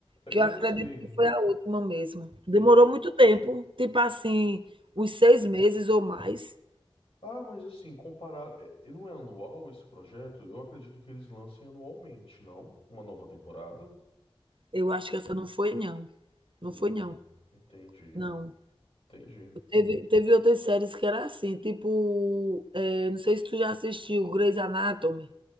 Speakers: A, on the right; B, on the left.
A: Que
B: Eu
A: eu acredito
B: não sei.
A: que foi a última mesmo. Demorou
B: Ent-
A: muito tempo, tipo assim, uns 6 meses ou mais.
B: Ah, mas assim, comparado. é- Não é anual esse projeto? Eu acredito que eles lancem anualmente, não? Uma nova temporada?
A: Eu acho que essa não foi não, não
B: Hum,
A: foi não,
B: entendi,
A: não.
B: entendi.
A: Teve teve outras séries que era assim, tipo, eh, não sei se tu já assistiu Grey's Anatomy.